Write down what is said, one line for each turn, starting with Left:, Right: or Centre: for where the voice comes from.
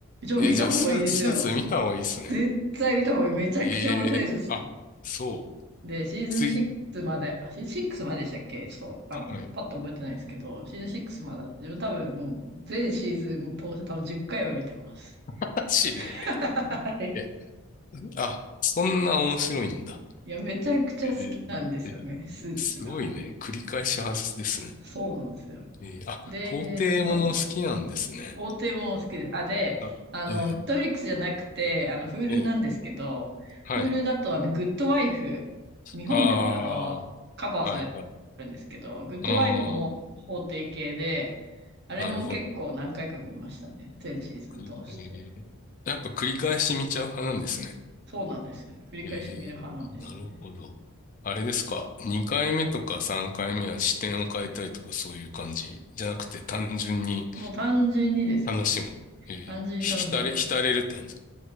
Right: ちょ、
Left: えーじゃあ、
Right: 見た方がいいですよ。
Left: スー、スーツ見た方がいいっすね。
Right: 絶対見た方がいい。めちゃくちゃ面白いです。
Left: ええあ、そう。
Right: で、シーズン6まで、
Left: つい、
Right: シーズン6まででしたっけちょっと、あの、
Left: はい。
Right: パッと覚えてないんですけど、シーズン6までスまで自分多分、全シーズン通して多分10回は見てます。
Left: マジで。
Right: <laughs> はい
Left: え、あ、そんな面白いんだ。
Right: いや、めちゃくちゃ好きなんですよね、
Left: えーえーすごいね。
Right: スーツが。
Left: 繰り返し派ですね。
Right: そうなんですよ。
Left: えーあ、
Right: で、
Left: 法廷もの好きなんですね。
Right: そうなんですよ。法廷もの好きです。あ、で、
Left: あ、
Right: あの、
Left: え
Right: ネットフリックスじゃなくて、あの、Hulu
Left: ーえー
Right: なんですけど、
Left: はい。
Right: Hulu だと、あの、グッドワイフ、日本でもあの、
Left: ああ、はい、
Right: カバーされてるんですけど、
Left: はい。
Right: グッドワイフも法廷系で、
Left: ああ、
Right: あれも結構何回か見ましたね。
Left: なるほど。
Right: 全シーズン通して。
Left: くえーやっぱ繰り返し見ちゃう派なんですね。
Right: そうなんです。繰り返し見る派なんですよね。
Left: ええ、なるほど。あれですか。2回目とか3回目は視点を変えたりとかそういう感じじゃなくて単純に
Right: もう単純にですね。
Left: 楽しむ。ええ、
Right: 単純に楽しんでます。
Left: 浸れ、浸れるって感じですか。